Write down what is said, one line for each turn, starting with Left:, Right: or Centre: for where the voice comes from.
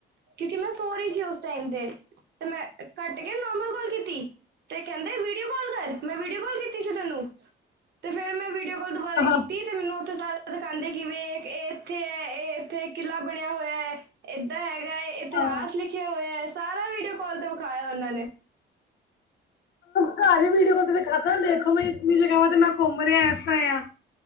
Right: ਕਿਉੰਕਿ ਮੈਂ ਸੋ ਰਹੀ ਸੀ ਉਸ ਟਾਈਮ ਤੇ, ਤੇ ਮੈਂ ਕੱਟ ਕੇ ਨੋਰਮਲ ਕੌਲ ਕੀਤੀ। ਤੇ ਕੈਂਦੇ ਵੀਡੀਓ ਕੌਲ ਕਰ, ਮੈਂ ਵੀਡੀਓ ਕੌਲ ਕੀਤੀ ਸੀ ਤੈਨੂੰ, ਤੇ ਫਿਰ ਮੈ ਵੀ ਵੀਡੀਓ ਕੌਲ ਦੁਬਾਰਾ
Left: ਹਾਂ
Right: ਕੀਤੀ ਤੇ ਮੈਨੂੰ ਉੱਥੇ ਸਾਰਾ ਦਿਖਾਂਦੇ ਕੀ ਵੇਖ ਏ ਇੱਥੇ ਐ, ਏ ਇੱਥੇ ਕਿੰਨਾ ਪੜ੍ਹਿਆ ਹੋਯਾ, ਏਦਾਂ ਹੈਗਾ ਏ, ਇਤਿਹਾਸ
Left: ਹਾਂ
Right: ਲਿ ਲਿਕਯਾ ਹੋਯਾ ਸਾਰਾ ਵੀਡੀਓ ਕੌਲ ਤੇ ਵਿਖਾਯਾ ਉਹਨਾਂ ਨੇ।
Left: ਘਰ ਹੀ ਵੀਡੀਓ ਕੌਲ ਤੇ ਦਿਖਾਤਾ, ਵੇਖੋ ਬਈ ਇਤਨੀ ਜਗਾਵਾਂ ਤੇ ਮੈਂ ਘੁੰਮ ਰੇਆਂ ਅੱਛਾ ਆ।